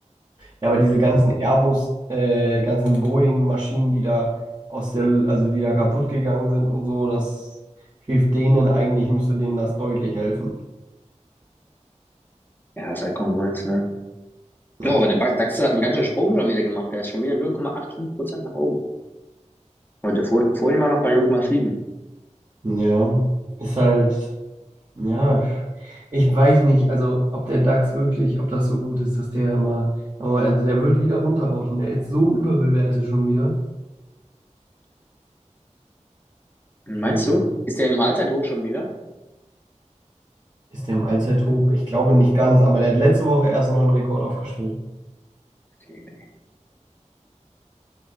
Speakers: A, on the right (about 35°); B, on the left (about 15°).
A: Ja, aber diese ganzen Airbus, äh, ganzen Boeing-Maschinen, die da aus der, also die da kaputt gegangen sind und so, das hilft denen eigentlich, müsste denen das deutlich helfen.
B: Ja, ist halt Konkurrenz, ne?
A: Ja,
B: Oh,
A: klar.
B: aber der Ba- DAX hat einen ganzen Sprung schon wieder gemacht. Der ist schon wieder 0,85% nach oben. Heute vor, vorhin war noch bei 0,7.
A: Ja, ist halt, ja, ich weiß nicht, also ob der DAX wirklich, ob das so gut ist, dass der immer, aber also der wird wieder runterrauschen, der ist so überbewertet schon wieder.
B: Meinst
A: Ja.
B: du? Ist der im Alter hoch schon wieder?
A: Ist der im Allzeithoch? Ich glaube nicht ganz, aber der hat letzte Woche erst einen neuen Rekord aufgestellt.
B: Okay, nee,